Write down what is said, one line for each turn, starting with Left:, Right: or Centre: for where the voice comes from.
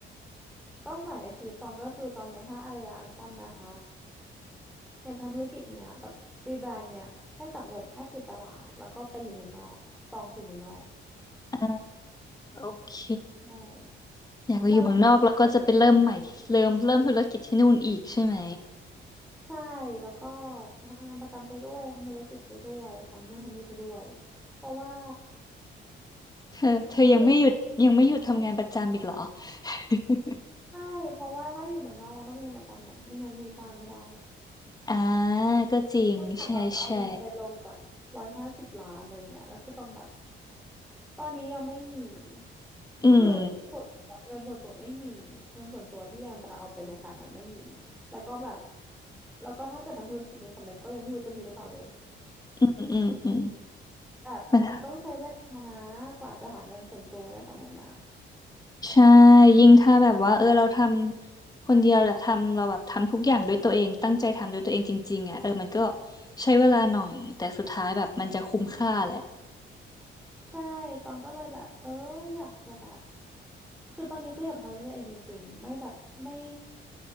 Centre: เป้าหมายในชีวิตตองก็คือตอนเนี้ยถ้าระยะอันสั้นนะคะ อยากทำธุรกิจเนี้ยแบบรีแบรนด์เนี้ยให้สำเร็จให้ติดตลาดแล้วก็ไปอยู่เมืองนอกตองไปอยู่เมืองนอก
Left: อ่าโอเค
Centre: ใช่
Left: อยากไปอยู่เมืองนอกแล้วก็จะไปเริ่มใหม่ที่เริ่มเริ่มธุรกิจที่นู่นอีกใช่ไหม
Centre: แล้วใช่แล้วก็จะทำงานประจำไปด้วยทำธุรกิจไปด้วยทำนู่นทำนี่ไปด้วยเพราะว่า
Left: เธอเธอยังไม่หยุดยังไม่หยุดทำงานประจำอีกเหรอ
Centre: คือ
Left: <laughs>
Centre: ไม่เพราะว่าถ้าอยู่เมืองนอกมันต้องมีงานประจำไงไม่งั้นวีซ่าไม่ได้
Left: อ่าก็จริงใช่ใช่
Centre: นอกจากเราจะเอาเงินไปลงแบบร้อยห้าสิบล้านอะไรเงี้ยแล้วคือต้องแบบตอนนี้ยังไม่มี
Left: อืม
Centre: คือส่วนตัวเงินส่วนตัวไม่มีเงินส่วนตัวที่ยังจะเอาไปลงขนาดนั้นไม่มีแล้วก็แบบแล้วก็ถ้าเกิดทำธุรกิจนี้สำเร็จก็ยังไม่รู้จะมีหรือเปล่าเลย
Left: อืมอืมอืม
Centre: แบบมันต้องใช้เวลานะกว่าจะหาเงินส่วนตัวมาได้ขนาดนั้นนะ
Left: มันใช่ ยิ่งถ้าแบบว่า เออเราทำคนเดียวแบบทำเราแบบทำทุกอย่างด้วยตัวเอง ตั้งใจทำด้วยตัวเองจริงๆอ่ะเออมันก็ใช้เวลาหน่อย แต่สุดท้ายแบบมันจะคุ้มค่าแหละ
Centre: อืมใช่ตองก็เลยแบบเอออยากจะแบบคือตอนนี้คืออยากทำด้วยตัวเองจริงๆไม่แบบไม่